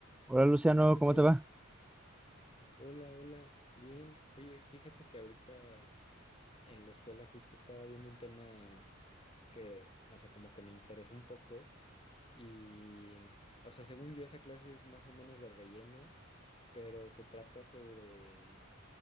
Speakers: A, in the centre; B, on the left.
A: Hola Luciano,
B: Hola José,
A: ¿cómo te va?
B: hola, hola, bien. Oye, fíjate que ahorita en la escuela justo estaba viendo un tema que, o sea, como que me interesó un poco y, o sea, según yo esa clase es más o menos de relleno, pero se trata sobre,